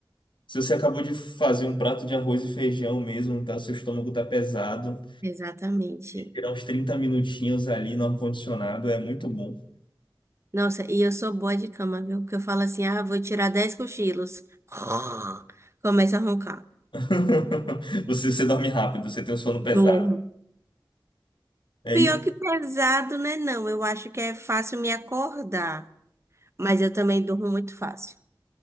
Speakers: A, on the left (about 70°); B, on the right (about 35°).
A: se você acabou de fazer um prato de arroz e feijão mesmo, tá, seu estômago tá pesado,
B: <laughs> Exatamente.
A: tirar uns 30 minutinhos ali no ar-condicionado é muito bom.
B: Nossa, e eu sou boa de cama, viu? Porque eu falo assim, ah, vou tirar 10 cochilos. <laughs> Começa a roncar.
A: <laughs> Você, você dorme rápido, você tem o sono pesado.
B: Durmo.
A: É
B: Pior
A: isso?
B: que pesado, né? Não, eu acho que é fácil me acordar. Mas eu também durmo muito fácil.